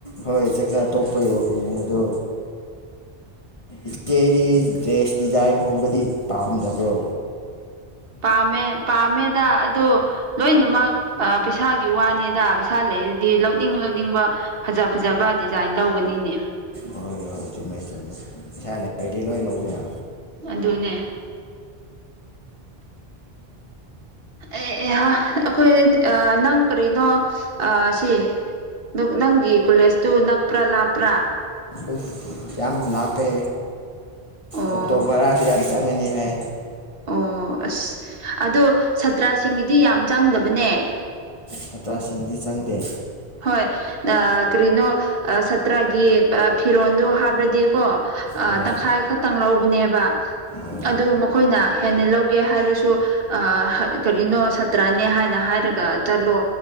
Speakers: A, on the left; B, on the right.
A: ꯍꯣꯏ ꯆꯥꯛꯆꯥ ꯇꯣꯛꯄꯒꯤ ꯋꯥꯛꯀꯤꯡꯅꯦ ꯑꯗꯣ ꯏꯆꯦꯒꯤ ꯗ꯭ꯔꯦꯁ ꯗꯤꯖꯥꯏꯟꯒꯨꯝꯕꯗꯤ ꯄꯥꯝꯗꯕ꯭ꯔꯣ
B: ꯄꯥꯝꯃꯦ ꯄꯥꯝꯃꯦꯗ ꯑꯗꯨ ꯂꯣꯏꯅꯃꯛ ꯑꯥ ꯄꯩꯁꯥꯒꯤ ꯋꯥꯅꯦꯗ ꯄꯩꯁꯥ ꯂꯩꯔꯗꯤ ꯂꯧꯅꯤꯡ ꯂꯧꯅꯤꯡꯕ ꯐꯖ ꯐꯖꯕ ꯗꯤꯖꯥꯏꯟ ꯂꯧꯒꯅꯤꯅꯦ
A: ꯍꯣꯏ ꯍꯣꯏ ꯆꯨꯝꯃꯦ ꯆꯨꯝꯃꯦ ꯄꯩꯁꯥ ꯂꯩꯔꯗꯤ ꯂꯣꯏ ꯂꯧꯕ ꯌꯥ
B: ꯑꯗꯨꯅꯦ ꯑꯦ ꯍꯥ ꯑꯩꯈꯣꯏ ꯅꯪ ꯀꯔꯤꯅꯣ ꯑꯥ ꯁꯤ ꯅꯪꯒꯤ ꯀꯣꯂꯦꯖꯇꯨ ꯅꯛꯄ꯭ꯔꯥ ꯂꯥꯞꯄ꯭ꯔꯥ
A: ꯎꯞ ꯌꯥꯝ ꯂꯥꯞꯄꯦ
B: ꯑꯣ
A: ꯑꯣꯛꯇꯣ ꯚꯔꯥꯁꯨ ꯌꯥꯝ ꯆꯪꯉꯅꯤ ꯍꯥꯏ
B: ꯑꯣ ꯑꯁ ꯑꯗꯣ ꯁꯥꯇ꯭ꯔꯁꯤꯡꯒꯤꯗꯤ ꯌꯥꯝ ꯆꯪꯗꯕꯅꯦ
A: ꯁꯥꯇ꯭ꯔꯁꯤꯡꯗꯤ ꯆꯪꯗꯦ
B: ꯍꯣꯏ ꯑ ꯀ꯭ꯔꯤꯅꯣ ꯁꯥꯇ꯭ꯔꯒꯤ ꯐꯤꯔꯣꯟꯜꯗꯣ ꯍꯥꯞ꯭ꯔꯗꯤꯀꯣ
A: ꯍꯣꯏ
B: ꯇꯪꯈꯥꯏ ꯈꯛꯇꯪ ꯂꯧꯕꯅꯦꯕ
A: ꯑꯣ
B: ꯑꯗꯨ ꯃꯈꯣꯏꯅ ꯍꯦꯟꯅ ꯂꯧꯒꯦ ꯍꯥꯏꯔꯁꯨ ꯑ ꯀꯔꯤꯅꯣ ꯁꯥꯇ꯭ꯔꯅꯦ ꯍꯥꯏꯅ ꯍꯥꯏꯔꯒ ꯆꯠꯂꯣ